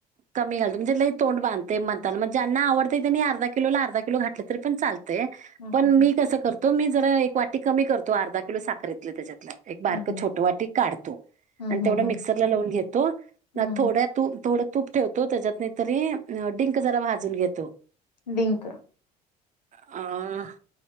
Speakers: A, on the right; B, on the left.
A: कमी घालतो. म्हणजे लय तोंड बांधते म्हनताना मग ज्यांना आवडतय त्यांनी अर्धा किलोला अर्धा किलो घातलं तरी पण चालंतय.
B: हम्म
A: पण
B: हम्म
A: मी कसं करतो, मी जरा एक वाटी कमी करतो अर्धा किलो साखरेतल त्याच्यात- एक बारक
B: हम्म
A: छोट वाटी काढतो.
B: हम्म
A: आणि तेवढ
B: हम्म हम्म
A: मिक्सर ला लावून घेतो. मग
B: हम्म
A: थोड्यात - तू -थोडं तूप ठेवतो त्याच्यात, नाही तरी डिंक जरा भाजून घेतो.
B: डिंक.
A: अ-